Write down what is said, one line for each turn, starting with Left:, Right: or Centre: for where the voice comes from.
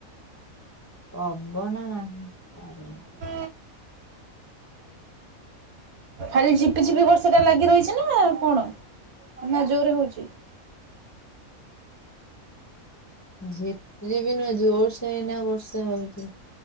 Left: ପବନ ନାହିଁ।
Right: <inaudible> ଆରେ ଝିପି ଝିପି ବର୍ଷଟା ଲାଗି ରହିଚି ନା କଣ? ନା ଜୋର୍ ରେ ହଉଚି?
Left: ଝିପି ଝିପି ନୁହେଁ ଜୋର୍ ସେ ଏଇନା ବର୍ଷ୍ ଷା ହଉଚି।